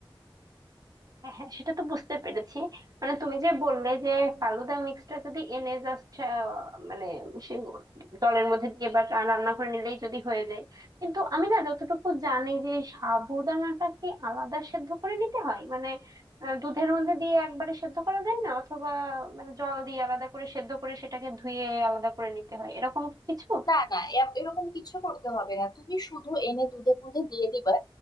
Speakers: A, on the right; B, on the left.
A: হ্যাঁ হ্যাঁ, সেটা তো বুঝতে পেরেছি মানে তুমি যে বললে যে ফালুদা মিক্সটা যদি এনে জাস্ট মানে সে জলের মধ্যে দিয়ে বা রা- রান্না করে নিলেই যদি হয়ে যায় কিন্তু আমি না যতটুকু জানি যে সাবুদানাটাকে আলাদা সেদ্ধ করে নিতে হয় মানে আহ, দুধের মধ্যে দিয়ে একবারে সেদ্ধ করা যায় না অথবা মানে জল দিয়ে আলাদা করে সেদ্ধ করে সেটাকে ধুয়ে আলাদা করে নিতে হয় এরকম কিছু হ্যাঁ।
B: না না এ- এরকম কিছু করতে হবে না তুমি শুধু এনে দুধের মধ্যে দিয়ে দিবা